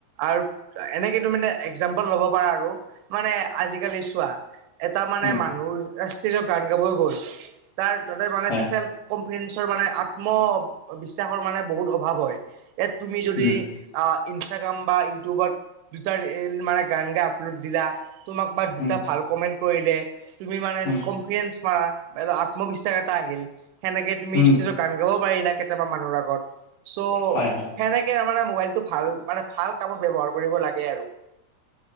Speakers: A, on the right; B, on the left.
A: আৰু এনেকে তুমানে এক্জাম্পল ল'ব পাৰা আৰু, মানে আজিকালি চোৱা, এটা মানে
B: উম
A: মানুহৰ ষ্টেজত গান গাবই গ'ল। তাৰ তাতে মানে
B: হয়
A: চেল্ফ কনফিডেঞ্চৰ মানে আত্ম বিশ্বাসৰ মানে বহুত অভাৱ হয়, ইয়াত তুমি যদি
B: উম
A: ইনষ্টাগ্ৰাম বা ইউটিউবত দুটা ৰিল মানে গান গাই আপলোড দিলা তোমাক বা দুটা
B: উম
A: ভাল কমেন্ট কৰিলে, তুমি মানে
B: উম
A: কনফিডেঞ্চ মাৰা, আত্মবিশ্বাস আহিল, সেনেকে তুমি
B: উম
A: ষ্টেজত গান গাব পাৰিলা কেইটামান মানুহৰ আগত। চ'
B: হয় হয়
A: সেনেকে মানে মোবাইল টো ভাল মানে ভাল কামত ব্যৱহাৰ কৰিব লাগে আৰু।